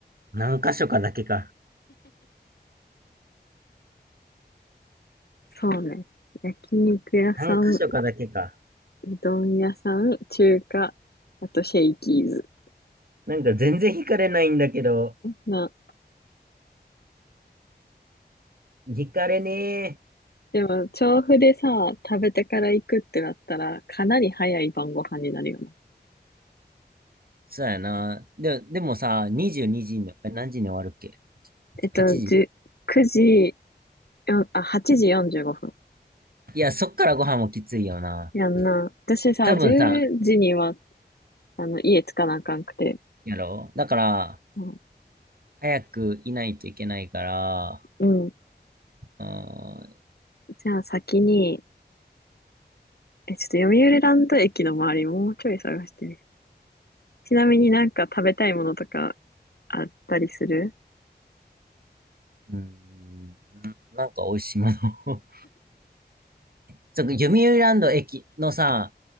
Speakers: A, on the right; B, on the left.
A: 何箇所かだけか。
B: そうね。焼肉屋さん、
A: 何箇所かだけか。
B: うどん屋さん、中華、あとシェイキーズ。
A: なんか全然惹かれないんだけど、
B: な、
A: 惹かれねえ。
B: でも、調布でさ、食べてから行くってなったら、かなり早い晩ご飯になるよな。
A: そうやな。で、でもさ、22時にじに、え何時に終わるっけ
B: えっと、
A: ?8 時
B: じゅ9時、よんあ、8時45分。
A: いや、そっからご飯もきついよな。
B: やんな。私さ、
A: 多分さ、
B: 10時にはあの、家着かなあかんくて。
A: やろだから、
B: うん。
A: 早くいないといけないから、
B: うん
A: あー
B: じゃあ先に、え、ちょっと読売ランド駅の周りもうちょい探してみる。ちなみになんか食べたいものとかあったりする
A: うーん、んなんか美味しいものを。<laughs> そう、読売ランド駅のさ、